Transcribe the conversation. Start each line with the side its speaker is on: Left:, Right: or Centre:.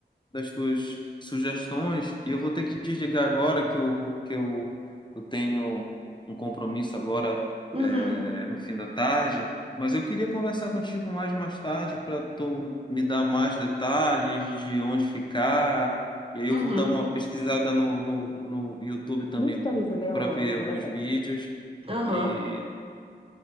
Left: das tuas sugestões e eu vou ter que desligar agora que eu, que eu, eu tenho um compromisso agora
Right: Uhum,
Left: é, no fim da tarde, mas eu queria conversar contigo mais mais tarde para tu me dar mais detalhes de onde ficar e aí
Right: uhum,
Left: eu vou dar uma pesquisada no, no, no YouTube também Nisto, Isabel, para ver alguns conversa. vídeos
Right: aham.
Left: e